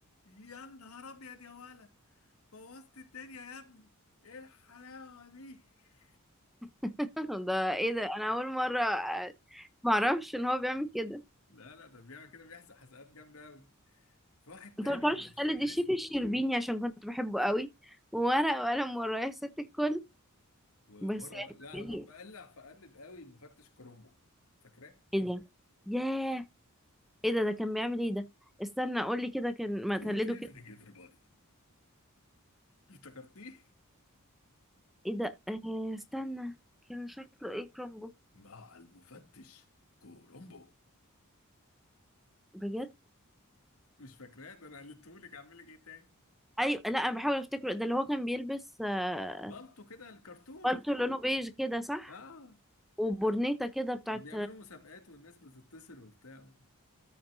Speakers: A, on the left; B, in the centre.
A: يا نهار ابيض يا ولد بوظت الدنيا يا ابني ايه الحلاوه دي <laughs>
B: <laughs> ده ايه ده انا اول مره آه، معرفش ان هو بيعمل كده
A: لا لا ده بيعمل كده بيحزق حزقات جامده قوي في واحد تاني
B: انت ما تعرفش
A: مش
B: تقلد
A: فاكر
B: الشيف
A: اسمه
B: الشربيني عشان كنت بحبه قوي وورق وقلم ورايا ست الكل
A: وورا
B: بس
A: و... لا
B: يعني
A: انا بقلع فقلب قوي مفتش كرومبو فاكراه
B: ايه ده ياه ايه ده ده كان بيعمل ايه ده استنى قول لي كده كان ما
A: جود
B: تقلده
A: ايفنينج
B: كده
A: everybody افتكرتيه
B: ايه ده آه استنى كان شكله ايه كرومبو
A: مع المفتش كورومبو
B: بجد
A: مش فاكراه ده انا قلتهولك اعمل لك ايه تاني
B: ايوه لا انا بحاول افتكره ده اللي هو كان بيلبس آه
A: بالطو كده الكرتون
B: بالتو لونه بيج كده صح
A: اه
B: وبورنيتا كده بتاعت
A: وبيعملوا مسابقات والناس بتتصل وبتاع